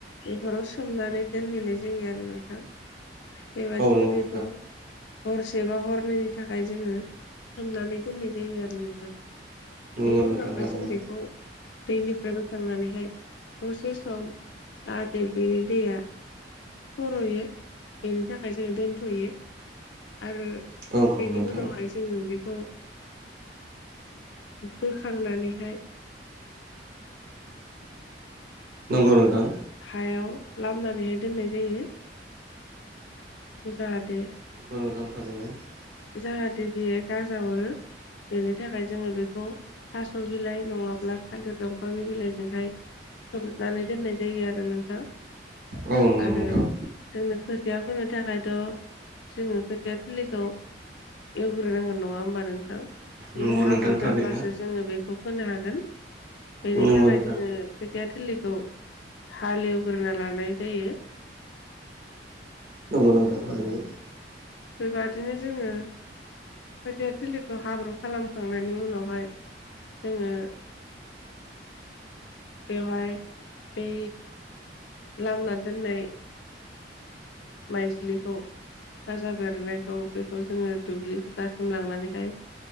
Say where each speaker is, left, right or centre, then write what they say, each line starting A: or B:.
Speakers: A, on the left; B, on the right.
A: एफोराव सोमनानै दोनहैनाय जायो आरो नोंथां। बेबादिनो
B: औ नंगौ नोंथां
A: बेखौ हरसे बा हरनैनि थाखाय जोङो सोमनानै दोननाय जायो आरो नोंथां
B: नंगौ
A: बेनि
B: नोंथां
A: उनावहाय
B: थारैनो
A: जों बेखौ दैनिफ्राय बोखांनानैहाय दसे सम जाहाथे बेनि दैया सर'यो बेनि थाखाय जों दोनथ'यो आरो
B: औ नंगौ
A: बेनि
B: नोंथां
A: उनावहाय जोङो बेखौ बोखांनानैहाय
B: नंगौ नोंथां।
A: हायाव लामनानैहाय दोननाय जायो। जाहाथे
B: नंगौ नोंथां थारैनो <unintelligible>
A: जाहाथे बियो गाजा हरो। बेनि थाखाय जोङो बेखौ थास'बिलाइ नङाब्ला थालिर दंफांनि बिलाइजोंहाय खोबनानै दोननाय जायो आरो नोंथां
B: औ नंगौ
A: आरो
B: नोंथां
A: जोंनो खो -थिया फोनो थाखायथ' जोङो खोथिया थिलिखौ एवग्रोनांगोन नङा होमबा नोंथां
B: नंगौ
A: बे हाब्रु
B: नोंथां थारैनो
A: जाब्लासो जोङो बेखौ फोनो हागोन बेनि
B: नंगौ
A: थाखाय
B: नोंथां
A: जोङो खोथिया थिलिखौ हालएवग्रोना लानाय जायो।
B: नंगौ नोंथां थारैनो।
A: बेबादिनो जोङो खोथिया थिलिखौ हाब्रु खालामखांनायनि उनावहाय जोङो बेवहाय बै लामना दोननाय माइज्लिखौ गाजा बेरनायखौ बेखौ जोङो दुब्लि फोथारसिम लांनानैहाय